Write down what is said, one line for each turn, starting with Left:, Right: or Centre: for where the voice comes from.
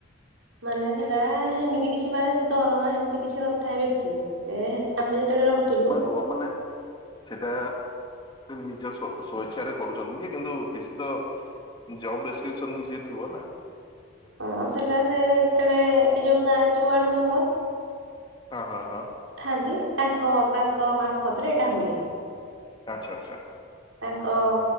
Right: ମାନେ ସେଟା ହେମିତି କିଛି ମାନେ ଦରମା ହେମିତି କିଛି ନଥାଏ ବେଶୀ। ଏ ହେ ଆମେ ଯେତେବେଳେ ରହୁଥିଲୁ।
Left: ହ ମାନେ ସେଟା ନିଜ ସ ସ୍ଵଇଚ୍ଛାରେ କରୁଛନ୍ତି ଯେ କିନ୍ତୁ କିଛି ତ ଜବ୍ ବେଶ୍କ୍ରିପସନ ବି ଯିଏ ଥିବ ନା?
Right: ହଁ ସେଟା ସେ ଯେତେବେଳେ ଏଇ ଯୋଉ ଗାଁରେ ଯୋଉ ୱାର୍ଡ ମେମ୍ବର
Left: ହଁ ହଁ ହଁ।
Right: ଥାଆନ୍ତି, ତାଙ୍କ ତାଙ୍କ ମାର୍ଫତରେ ଏଇଟା ହୁଏ।
Left: ଆଚ୍ଛା ଆଚ୍ଛା।
Right: ତାଙ୍କ